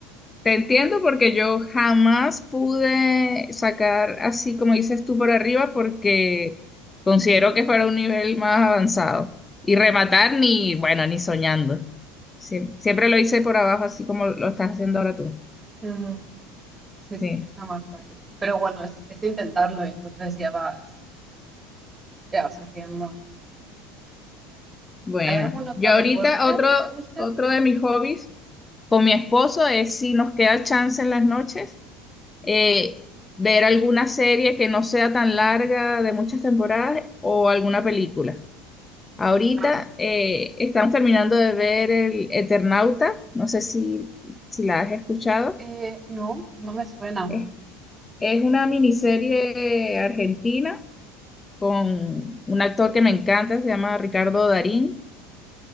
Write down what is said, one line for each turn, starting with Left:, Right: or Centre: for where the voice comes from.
Left: Te entiendo porque yo jamás pude sacar así como dices tú por arriba porque considero que fuera un nivel más avanzado. Y rematar ni, bueno, ni soñando. Sí, siempre lo hice por abajo así como lo estás haciendo ahora tú.
Right: Ujú. Sí,
Left: Sí,
Right: sí, es lo más fácil. Pero bueno, es, es intentarlo, entonces ya vas, ya vas haciendo.
Left: bueno.
Right: ¿Hay algún otro
Left: Yo
Right: deporte
Left: ahorita otro,
Right: que te guste?
Left: otro de mis hobbies con mi esposo es si nos queda chance en las noches, eh, ver alguna serie que no sea tan larga de muchas temporadas o alguna película. Ahorita
Right: Ah, eso está
Left: eh,
Right: bien.
Left: estamos terminando de ver el Eternauta, no sé si, si la has escuchado.
Right: Eh, no, no me suena.
Left: Es, es una miniserie argentina con un actor que me encanta, se llama Ricardo Darín,